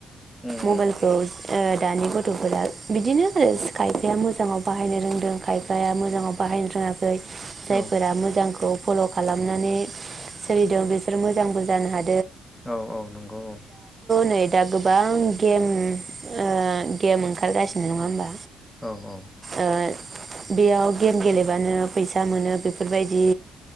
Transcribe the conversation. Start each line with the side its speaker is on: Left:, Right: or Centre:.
Centre: उम
Right: मबाइलखौ ओ दानि गथ'फोरा बिदिनो आरो खायफाया मोजाङाव बाहायनो रोंदों खायफाया मोजाङाव बाहायनो रोङाखै जायफोरा
Centre: उम औ
Right: मोजांखौ फल' खालाम माने सोलिदों बिसोर मोजांबो जानो हा
Centre: औ औ नंगौ औ
Right: नै दा गोबां गेम ओ गेम ओंखारगासिनो नङा होमबा
Centre: औ औ
Right: ओ बेयाव गेम गेलेबानो फैसा मोनो बेफोरबायदि